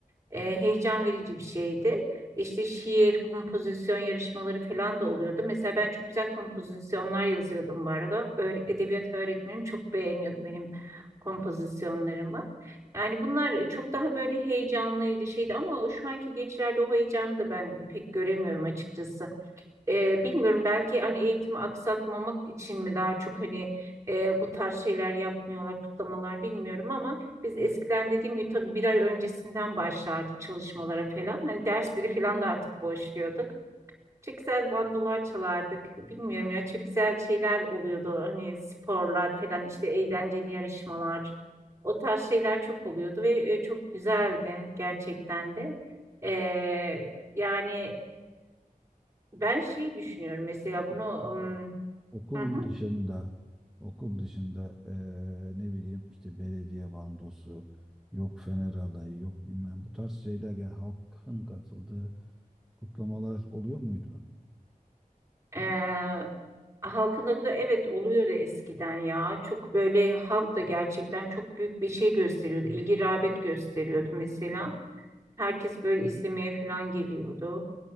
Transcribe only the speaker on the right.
E, heyecan verici bir şeydi. İşte şiir, kompozisyon yarışmaları falan da oluyordu. Mesela ben çok güzel kompozisyonlar yazıyordum bu arada. Öğre- edebiyat öğretmenim çok beğeniyordu benim kompozisyonlarımı. Yani bunlar çok daha böyle heyecanlıydı şeydi ama şu anki gençlerde o heyecanı da ben pek göremiyorum açıkçası. E, bilmiyorum belki hani eğitimi aksatmamak için mi daha çok hani e, bu tarz şeyler yapmıyorlar, kutlamalar bilmiyorum ama biz eskiden dediğim gibi tabii bir ay öncesinden başlardık çalışmalara falan. Hani dersleri falan da artık boşluyorduk. Çok güzel bandolar çalardık. Bilmiyorum ya çok güzel şeyler oluyordu. Hani sporlar falan işte eğlenceli yarışmalar. O tarz şeyler çok oluyordu ve e, çok güzeldi gerçekten de. E, yani ben şeyi düşünüyorum mesela
bunu ım,
hı hı,
eee, halkında bu da evet oluyordu eskiden ya. Çok böyle halk da gerçekten çok büyük bir şey gösteriyordu. İlgi rağbet gösteriyordu mesela. Herkes böyle izlemeye falan geliyordu.